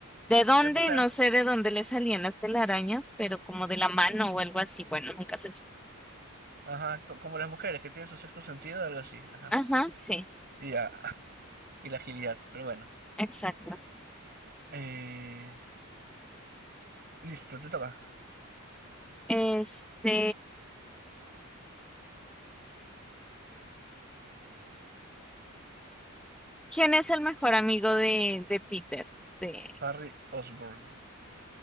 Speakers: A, on the right; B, in the centre.
A: Ujú.
B: ¿De dónde?
A: Ya, pues, ya.
B: No sé de dónde le salían las telarañas, pero como de la mano o algo así. Bueno, nunca se supo.
A: ajá, co- como las mujeres que tienen su sexto sentido, algo así, ajá.
B: Ajá, sí,
A: Ya, <laughs> y la agilidad, pero bueno.
B: exacto.
A: Eh, listo, te toca.
B: Este, ¿quién es el mejor amigo de, de Peter? De
A: Harry Osborn.